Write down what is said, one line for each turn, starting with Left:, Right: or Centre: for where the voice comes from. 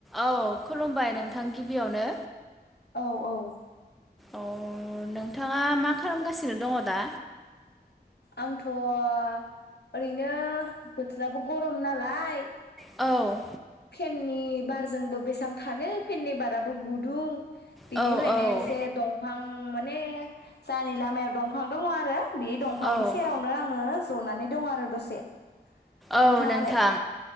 Centre: औ खुलुमबाय नोंथां गिबियावनो
Left: औ औ
Centre: अ नोंथाङा मा खालामगासिनो दङ दा।
Left: आंथ' ओरैनो बोथोराबो गरम नालाय
Centre: औ
Left: फेननि बारजोंबो बेसेबां थानो फेननि बाराबो गुदुं बिनिखायनो
Centre: औ औ
Left: एसे दंफां माने जानि लामायाव दंफां दङ आरो बे दंफां
Centre: औ
Left: सेरावनो आङो जनानै दं आरो दसे
Centre: औ
Left: नोंथाङालाय
Centre: नोंथां